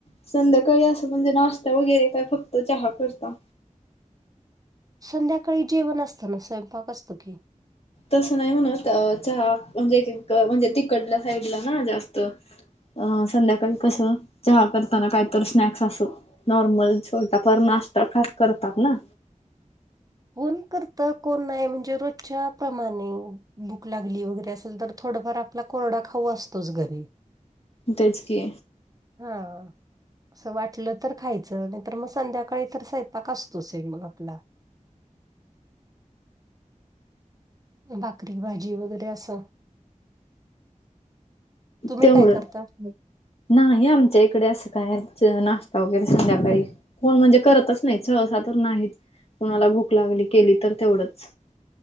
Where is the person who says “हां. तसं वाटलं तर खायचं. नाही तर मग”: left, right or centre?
Right